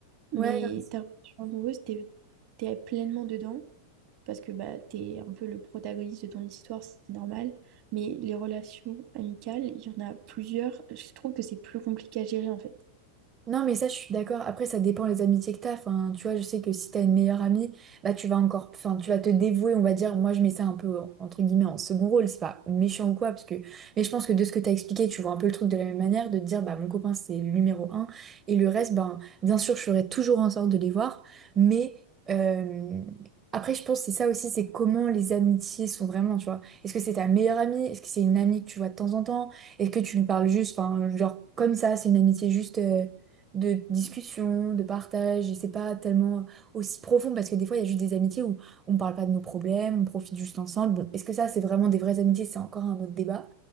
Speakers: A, on the right (about 40°); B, on the right (about 25°).
A: Mais
B: Ouais, non,
A: ta relation amoureuse, t'es, t'es pleinement dedans parce que bah, t'es un peu le protagoniste de ton histoire, c'est normal. Mais les relations amicales, il y en a plusieurs. Je trouve que c'est plus compliqué à gérer en fait.
B: Non, mais ça, je suis d'accord. Après, ça dépend les amitiés que t'as. Enfin, tu vois, je sais que si t'as une meilleure amie, bah, tu vas encore, enfin, tu vas te dévouer, on va dire. Moi, je mets ça un peu, en- entre guillemets, en second rôle. C'est pas méchant ou quoi, parce que, mais je pense que de ce que t'as expliqué, tu vois un peu le truc de la même manière, de te dire, bah, mon copain, c'est le numéro un. Et le reste, ben, bien sûr, je ferai toujours en sorte de les voir. Mais, euh, après, je pense que c'est ça aussi, c'est comment les amitiés sont vraiment, tu vois. Est-ce que c'est ta meilleure amie? Est-ce que c'est une amie que tu vois de temps en temps? Est-ce que tu lui parles juste, enfin, genre, comme ça, c'est une amitié juste. euh, de discussion, de partage, et c'est pas tellement aussi profond parce que des fois il y a juste des amitiés où on parle pas de nos problèmes, on profite juste ensemble. Bon, est-ce que ça c'est vraiment des vraies amitiés? C'est encore un autre débat.